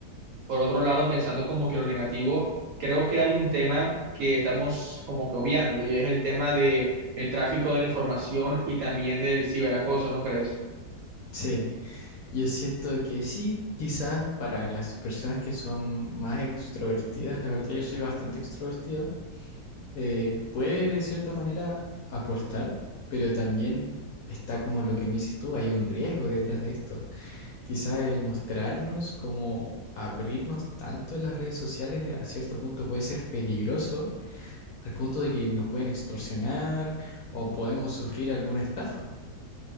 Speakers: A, on the right (about 65°); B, on the left (about 65°).
A: por otro lado, pensando como que lo negativo, creo que hay un tema que estamos como que obviando y es el tema de el tráfico de la información y también del ciberacoso, ¿no crees?
B: Sí, yo siento que sí, quizás para las personas que son más extrovertidas, la verdad yo soy bastante extrovertido, eh, puede de cierta manera aportar, pero también está como lo que me dices tú, hay un riesgo detrás de esto. Quizá el mostrarnos, como abrirnos tanto en las redes sociales de- a cierto punto puede ser peligroso, al punto de que nos pueden extorsionar o podemos sufrir alguna estafa.